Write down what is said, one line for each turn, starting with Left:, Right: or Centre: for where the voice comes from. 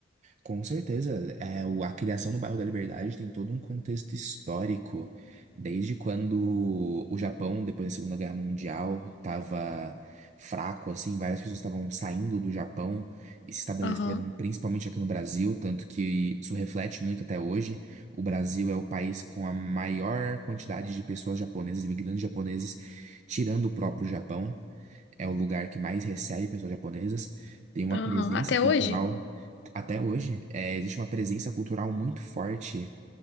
Right: Com certeza, é, o- a criação do bairro da Liberdade tem todo um contexto histórico, desde quando o Japão, depois da Segunda Guerra Mundial, estava fraco, assim, várias pessoas estavam saindo do Japão e se estabeleceram
Left: Aham,
Right: principalmente aqui no Brasil, tanto que isso reflete muito até hoje. O Brasil é o país com a maior quantidade de pessoas japonesas, imigrantes japoneses, tirando o próprio Japão. É o lugar que mais recebe pessoas japonesas, tem uma
Left: aham.
Right: presença
Left: Até
Right: cultural
Left: hoje?
Right: até hoje, eh, existe uma presença cultural muito forte.